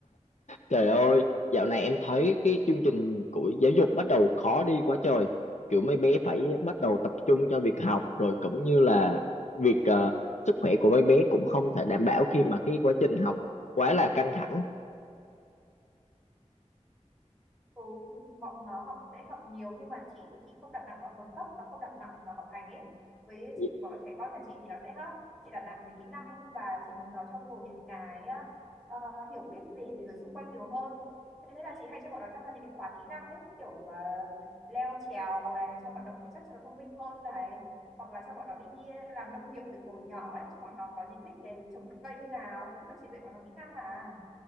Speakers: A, on the left; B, in the centre.
A: Trời ơi, dạo này em thấy cái chương trình của giáo dục bắt đầu khó đi quá trời. Kiểu mấy bé phải bắt đầu tập trung cho việc học rồi cũng như là việc ờ, sức khỏe của mấy bé cũng không thể đảm bảo khi mà cái quá trình học quá là căng thẳng.
B: Ừ, thì bọn nó học sẽ học nhiều nhưng mà chị thì chị không đặt nặng vào bằng cấp và không đặt nặng vào học hành ấy với
A: Dạ.
B: chị thì bọn trẻ con nhà chị thì nó sẽ hấp chị đặt nặng về kỹ năng và chị muốn nó trau dồi những cái ờ, ờ, hiểu biết về thế giới xung quanh nhiều hơn thế nên là chị hay cho bọn nó tham gia những cái khóa kỹ năng ấy kiểu ờ, leo trèo này cho vận động thể chất cho nó thông minh hơn này hoặc là cho bọn nó đi làm nông nghiệp từ hồi nhỏ ấy cho bọn nó có những biết cái trồng cây như nào chứ mà chị dạy bọn nó kỹ năng à